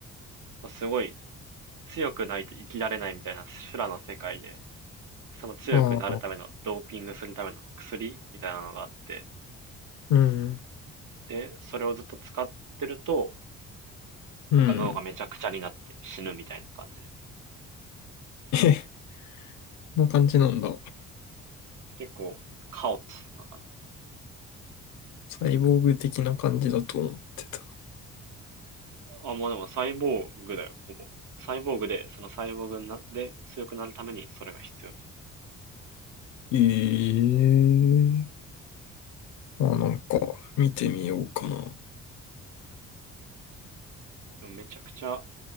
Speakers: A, on the right; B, on the left.
A: すごい強くないと生きられないみたいな修羅の世界で、その強くなるための、
B: ああ、
A: ドーピングするための薬みたいなのがあって、
B: うん。
A: で、それをずっと使ってると、
B: うん。
A: なんか脳がめちゃくちゃになって死ぬみたいな感じで。
B: え、こんな感じなんだ。
A: 結構、カオスな感じ。
B: サイボーグ的な感じだと思ってた。
A: あ、もうでもサイボーグだよ、ほぼ。サイボーグで、そのサイボーグで強くなるためにそれが必要みたいな。
B: ええーまあなんか、見てみようかな。
A: でもめちゃくちゃ